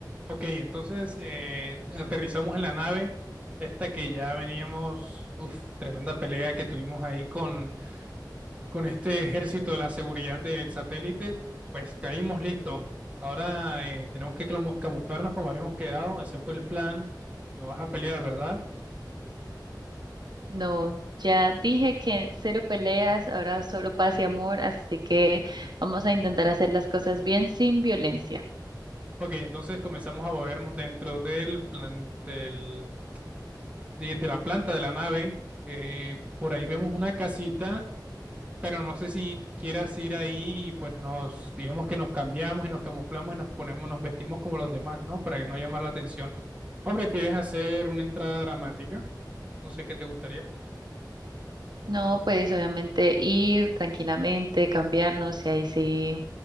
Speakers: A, on the right; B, on the right.
A: Ok, entonces eh, aterrizamos en la nave, esta que ya veníamos, uff, tremenda pelea que tuvimos ahí con, con este ejército de la seguridad del satélite, pues caímos listos. Ahora eh, tenemos que clamu- camuflarnos como habíamos quedado, ese fue el plan, no vas a pelear, ¿verdad?
B: No, ya dije que cero peleas, ahora solo paz y amor, así que vamos a intentar hacer las cosas bien sin violencia.
A: Ok, entonces comenzamos a movernos dentro del plan, del- de, de la planta de la nave, eh, por ahí vemos una casita pero no sé si quieras ir ahí y pues nos, digamos que nos cambiamos y nos camuflamos y nos ponemos, nos vestimos como los demás, ¿no? Para que no llamar la atención. ¿O prefieres hacer una entrada dramática? No sé qué te gustaría.
B: No, pues obviamente ir tranquilamente, cambiarnos y ahí sí